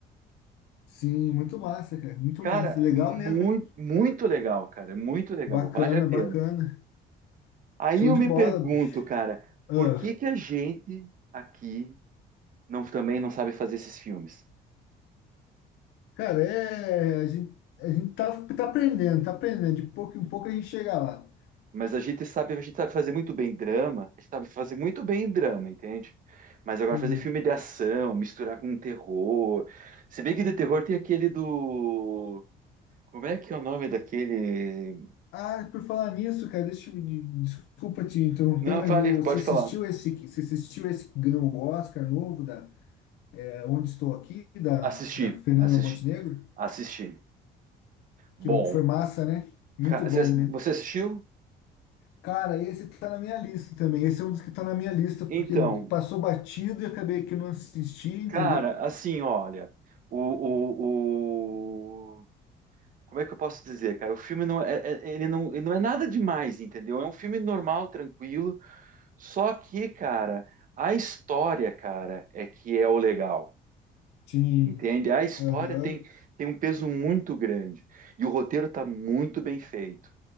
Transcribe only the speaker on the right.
Cara,
muito,
muito legal, cara, muito legal,
vale a pena.
Aí
eu
me
pergunto,
cara,
por que que a gente aqui não também não sabe fazer esses filmes?
Mas a gente sabe, a gente sabe fazer muito bem drama, a gente sabe fazer muito bem drama, entende? Mas agora
fazer filme de ação, misturar com terror. Se bem que de terror tem aquele do. Como é que é o nome daquele?
Não,
fale,
pode
falar.
Assisti,
assisti,
assisti. Bom,
ca- você
você assistiu?
Então,
Cara, assim, olha, o, o, o- como é que eu posso dizer, cara? O filme não é, é- é, ele não, ele não é nada demais, entendeu? É um filme normal, tranquilo. Só que, cara, a história, cara, é que é o legal,
entende? A história
tem, tem um peso muito grande e o roteiro tá muito bem feito.